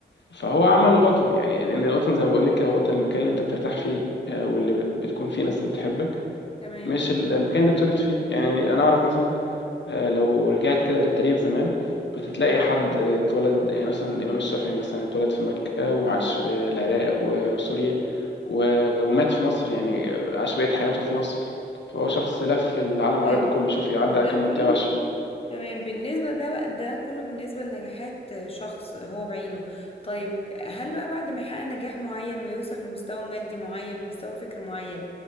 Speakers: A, on the left (about 80°); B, on the left (about 30°).
A: فهو عمل وطن يعني لان الوطن زي ما بقول لك كده، هو الوطن المكان اللي انت بترتاح فيه آه، واللي بت- بتكون فيه ناس بتحبك
B: تمام
A: مش المكان اللي انت بتولد فيه يعني انا اعرف مثلا آه، لو رجعت كده للتاريخ زمان كنت تلاقي حد اتولد يعني مثلا الامام الشافعي مثلا اتولد في مكة وعاش في العراق وسوريا و- ومات في مصر يعني عاش بقية حياته في مصر فهو شخص لف العالم العربي
B: طيب
A: كله شوف عدى
B: ده
A: كم منطقة
B: كله
A: وعاش
B: تمام بالنسبة ده بقى ده كله بالنسبة لنجاحات شخص هو بعينه طيب هل بقى بعد ما يحقق نجاح معين ويوصل لمستوى مادي معين ومستوى فكر معين